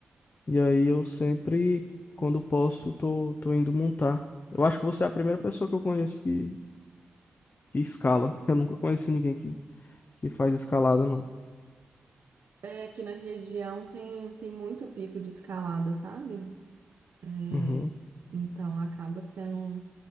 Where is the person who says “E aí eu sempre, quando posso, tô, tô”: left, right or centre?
Left